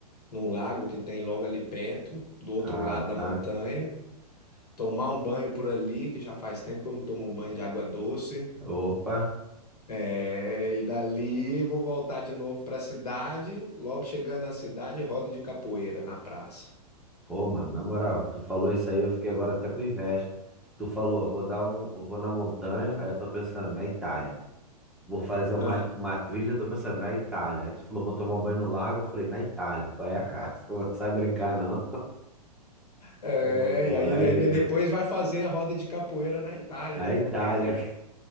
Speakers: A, on the left (about 70°); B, in the centre.
A: num lago que tem logo ali perto, do outro
B: Caraca.
A: lado da montanha, tomar um banho por ali, que já faz tempo que eu não tomo banho de água doce.
B: Opa.
A: É, e dali vou voltar de novo para a cidade. Logo chegando na cidade, roda de capoeira na praça.
B: Pô, mano, na moral, tu falou isso aí, eu fiquei agora até com inveja. Tu falou, eu vou dar um, eu vou na montanha, aí eu tô pensando na Itália. Vou fazer uma,
A: Ah,
B: uma trilha, eu tô pensando na Itália. Aí tu falou, vou tomar um banho no lago. Eu falei, na Itália. Qual é, cara? <laughs> Pô, Não sai brincar, não.
A: É,
B: Pô,
A: e aí
B: aí,
A: ainda depois vai fazer a roda de capoeira na Itália,
B: na
A: né?
B: Itália.
A: Porque aqui
B: <laughs>